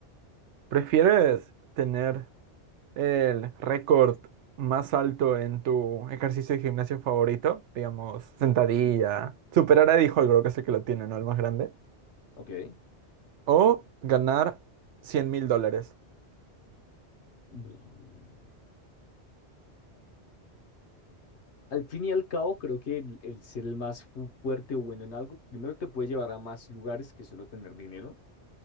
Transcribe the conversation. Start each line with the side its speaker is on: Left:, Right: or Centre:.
Right: ¿prefieres tener el récord más alto en tu ejercicio de gimnasio favorito? Digamos, sentadilla. Superar a Eddie Hall, creo que es el que lo tiene, ¿no? El más grande.
Left: Ok.
Right: o ganar cien mil dólares.
Left: Mm. Al fin y al cabo, creo que el, el ser el más fu- fuerte o bueno en algo, primero te puede llevar a más lugares que solo tener dinero.